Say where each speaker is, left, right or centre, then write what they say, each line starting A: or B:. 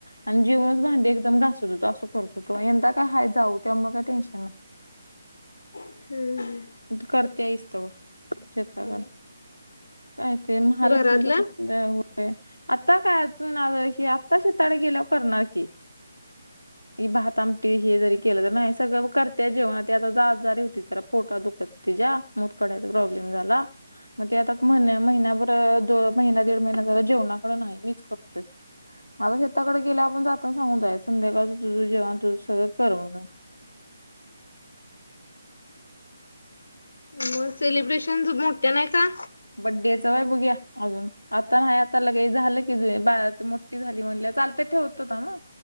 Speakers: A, on the left (about 80°); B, on the left (about 60°).
A: आणि जेवणच भांडी एकदम घासत होत असं करत होतो. यंदा काय हय जाऊ त्यामुळे काही टेन्शन नाही.
B: हम्म.
A: करते इसत शताक काय ते महालक्ष्मीच
B: घरातलं
A: कस. द आता काय अजून आ आता शताळे गेल्यावर करणार की
B: ह.
A: भात आमटी हे जरी केलं तर नाही सगळं करतेय जेवणा त आता ज जारी होती जरा पोटा दुख तिच्या मत कडयचा प्रॉब्लेम झाला. मग ते आता महिन्या महिन्याभर द महिना दीड महिना झाला जेवणाकडे नाही मीच करतोय. माझ शेताकडे गेल्या आपण जाताना सांगू जाय संध्याकाळच तुझ जेवण तुझ सगळं कर म्हणून
B: मग सेलिब्रेशन मोठ्या नाही का.
A: बड्डेचंय बघया अ आता नाही आता लग झालं की जठ झाली म्हण चालत ठेवत होता ना.